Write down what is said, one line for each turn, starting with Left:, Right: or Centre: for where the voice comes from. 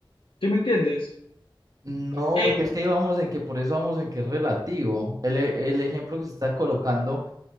Left: ¿Sí me entiendes?
Right: No,
Left: Eh,
Right: porque es que ahí vamos en que por eso vamos en que es relativo. El, e- el ejemplo que se está colocando